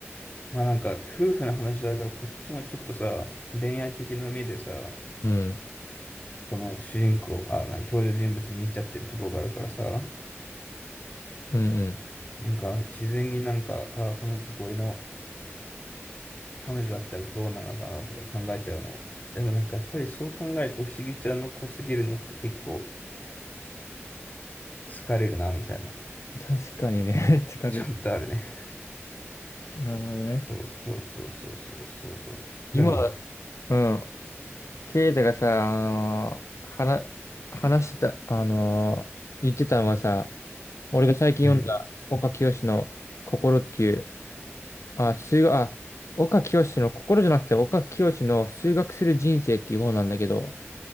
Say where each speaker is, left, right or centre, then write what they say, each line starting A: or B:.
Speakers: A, on the left (about 35°); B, on the left (about 80°).
A: まあなんか、夫婦の話だからこっちもちょっとさ、恋愛的な目でさ、
B: うん、
A: この主人公、あ、何、登場人物見ちゃってるとこがあるからさ、
B: うん、うん。
A: なんか自然になんか、あ、この子俺の彼女だったらどうなのかなとか考えちゃうの。でもなんかやっぱりそう考えると不思議ちゃんの子すぎるのって結構疲れるなみたいな、
B: 確かにね、<laughs> 疲れる、
A: ちゃんとあるね。
B: なるほどね。
A: そうそうそうそうそうそうそう。
B: 今、
A: でも、
B: うん、ケイタがさ、あのー、話、話してた、あのー、言ってたのがさ、俺が最近読んだ岡清の心っていう、
A: うん、
B: あ、数学、あ、岡清の心じゃなくて岡清の数学する人生っていう方なんだけど、